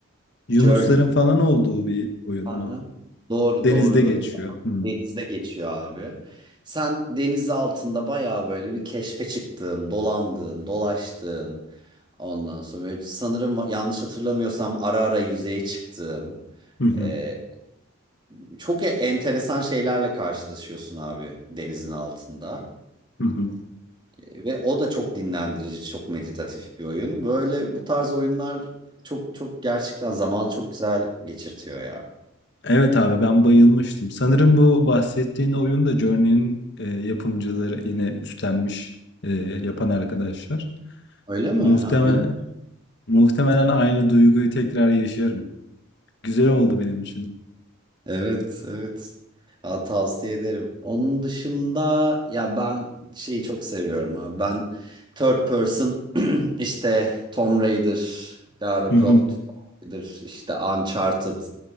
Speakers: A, on the left; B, on the right.
A: Yunusların
B: Journey.
A: falan olduğu bir oyun
B: Aha.
A: mu?
B: Doğru
A: Denizde
B: doğru böyle.
A: geçiyor. Hmm.
B: Denizde geçiyor abi. Sen deniz altında bayağı böyle bir keşfe çıktığın, dolandığın, dolaştığın. Ondan sonra böyle sanırım yanlış hatırlamıyorsam ara ara yüzeye çıktığın.
A: Hı hı,
B: e, e, çok e, enteresan şeylerle karşılaşıyorsun abi denizin altında.
A: hı hı.
B: E, Ve o da çok dinlendirici, çok meditatif bir oyun. Böyle bu tarz oyunlar çok çok gerçekten zamanı çok güzel geçirtiyor ya.
A: Evet abi ben bayılmıştım. Sanırım bu bahsettiğin oyun da Journey'nin e, yapımcıları yine üstlenmiş e, yapan arkadaşlar.
B: Öyle mi?
A: Muhtemelen,
B: Ha, bilmiyorum.
A: muhtemelen aynı duyguyu tekrar yaşarım. Güzel oldu benim için.
B: Evet, evet. Ha, tavsiye ederim. Onun dışında ya ben şeyi çok seviyorum abi. Ben third person <clears throat> işte Tomb Raider, Lara
A: Hı hı.
B: Croft,
A: <laughs>
B: Tomb Raider, işte Uncharted.